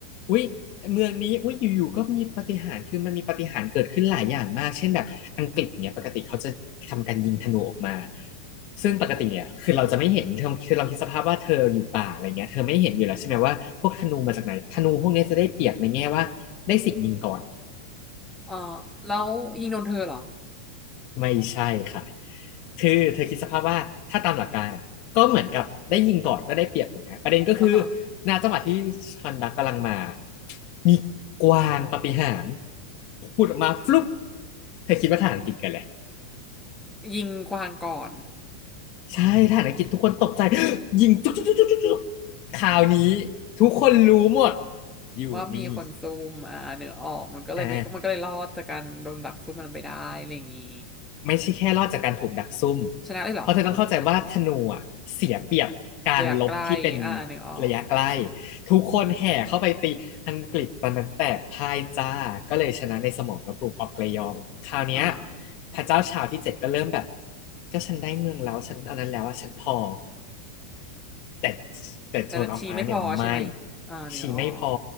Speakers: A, on the left (about 45°); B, in the centre.
A: อุ๊ยเมืองนี้อุ๊ยอยู่ๆก็มีปาฏิหาริย์คือมันมีปาฏิหาริย์เกิดขึ้นหลายอย่างมากเช่นแบบอังกฤษเนี่ยปกติเขาจะทำการยิงธนูออกมาซึ่งปกติเนี่ยคือเราจะไม่เห็นคือคือเราคิดสภาพว่าเธออยู่ป่าอะไรเงี้ยเธอไม่เห็นอยู่แล้วใช่ไหมว่าพวกธนูมาจากไหนธนูพวกเนี้ยจะได้เปรียบในแง่ว่าได้สิทธิ์ยิงก่อน
B: เออแล้วยิงโดนเธอเหรอ
A: ไม่ใช่ค่ะ คือเธอคิดสภาพว่าถ้าตามหลักการอะก็เหมือนกับได้ยิงก่อนก็ได้เปรียบถูกไหมประเด็นก็คือ
B: อ่าฮะ
A: ณจังหวะที่ชอนดักกำลังมามีกวางปาฏิหาริย์พูดออกมาฟลุ๊ปเธอคิดว่าทหารอังกฤษกันเลย
B: ยิงกวางก่อน
A: ใช่ทหารอังกฤษทุกคนตกใจ <gasps> ยิงจุ๊กจุ๊กจุ๊กจุ๊กจุ๊กข่าวนี้ทุกคนรู้หมด
B: <laughs>
A: อยู่นี่
B: ว่ามีคนซุ่มอ่าเนื้อออกมันก็เลยไม่มันก็เลยรอดจากการโดนดักซุ่มมันไปได้อะไรอย่างงี้
A: อ่า ไม่ใช่แค่รอดจากการถูกดักซุ่ม
B: ชนะได้เหรอ
A: เพราะเธอต้องเข้าใจว่าธนูอะเสียเปรียบการลบที่เป็น
B: ระยะไกลอ่าเนื้อออก
A: ระยะใกล้ทุกคนแห่เข้าไปตีอังกฤษตอนนั้นแตกพ่ายจ้าก็เลยชนะในสมรภูมิออกเกรยองคราวเนี้ย
B: อ่า
A: พระเจ้าชาวที่เจ็ดก็เริ่มแบบก็ฉันได้เมืองแล้วฉันอันนั้นแล้วอะฉันพอ แต่แต่โซนออฟอาร์เนี่ยไม่
B: แต่นะชีไม่พอใช่ไหมอ่าเนื้อออก
A: ชีไม่พอ